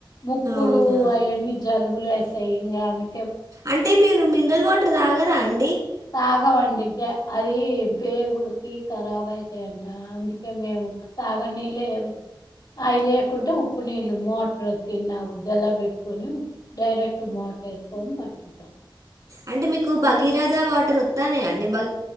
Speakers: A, on the left (about 55°); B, on the right (about 45°).
A: ముక్కుడు
B: అవునా
A: అవన్నీ జలుబులు వేస్తాయి ఇంగ అన్ని
B: అంటే మీరు మినరల్ వాటర్ తాగరా అం
A: తగమండి గ్య అది పేగులకి ఖరాబ్ అయితాయంట అందుకే మేము సాగనీళ్ళే అవి లేకుంటే ఉప్పు నీళ్ళు మోటర్ కింద జలా పెట్టుకొని డైరెక్ట్ మోటర్ వెస్కొని పట్టుకుంటాం
B: అంటే మీకు భగీరథ వాటర్ వాతనాయండి భ